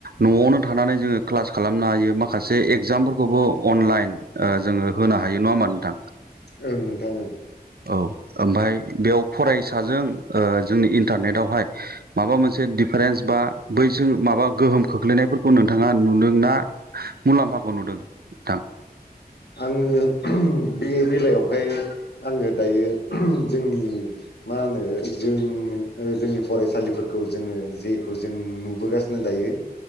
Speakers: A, on the right (about 65°); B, on the left (about 80°).
A: नआवनो थानानै जोङो क्लास खालामनो हायो माखासे इगजामफोरखौबो अनलाइन ओ जोङो होनो हायो नङा होमबा नोंथां
B: ओं नोंथां ओं
A: औ ओमफ्राय बेयाव फरायसाजों ओ जोंनि इन्टारनेट आवहाय माबा मोनसे दिफारेन्स बा बैजों माबा गोहोम खोख्लैनायफोरखौ नोंथाङा नुदों ना मुलाम्फाखौ नुदों नोंथां
B: आङो बे बेलायावहाय आङो दायो जोंनि मा होनो जों ओ जोंनि फरायसालिफोरखौ जोङो जेखौ जों नुबोगासिनो दायो